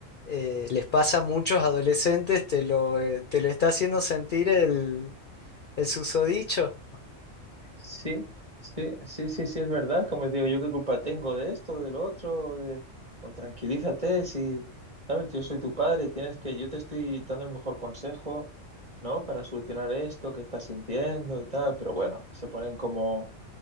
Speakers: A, on the left; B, on the right.
A: Eh, les pasa a muchos adolescentes, te lo, eh, te lo está haciendo sentir el, el susodicho.
B: Sí, sí, sí, sí, sí, es verdad. Como digo, yo qué culpa tengo de esto, del otro, de... o tranquilízate, si, sabes, yo soy tu padre, tienes que, yo te estoy dando el mejor consejo, ¿no? Para solucionar esto que estás sintiendo y tal, pero bueno, se ponen como